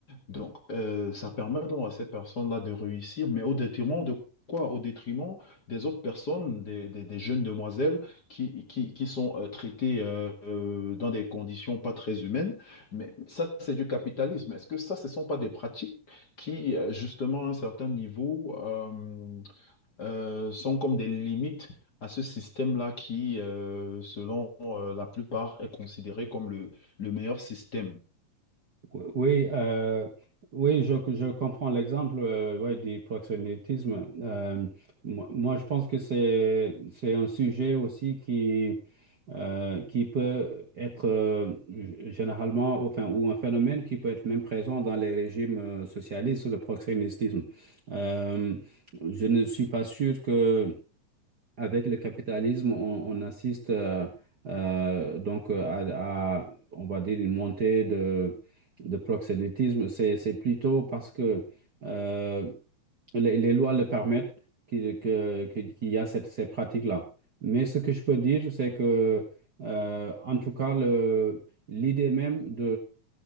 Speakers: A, on the left; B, on the right.
A: Donc, euh, ça permet donc à ces personnes-là de réussir, mais au détriment de quoi? Au détriment des autres personnes, des, des- des jeunes demoiselles qui, qui, qui sont euh, traitées euh, euh, dans des conditions pas très humaines. Mais ça, c'est du capitalisme. Est-ce que ça, ce ne sont pas des pratiques qui, euh, justement, à un certain niveau, euh, euh, sont comme des limites à ce système-là qui, euh, selon euh, la plupart, est considéré comme le, le meilleur système?
B: Oui, oui, euh, oui, je, je comprends l'exemple euh, ouais, du proxénétisme. Euh, moi, moi, je pense que c'est, c'est un sujet aussi qui, euh, qui peut être euh, g- généralement, enfin, ou un phénomène qui peut être même présent dans les régimes euh, socialistes, le proxénétisme. Euh, je ne suis pas sûr que avec le capitalisme, on, on assiste euh, euh, donc euh, à, à, on va dire, une montée de, de proxénétisme. C'est, c'est plutôt parce que euh, les, les lois le permettent qu'il que- que- qu'il y a cette, ces pratiques-là. Mais ce que je peux dire, c'est que, euh, en tout cas, le, l'idée même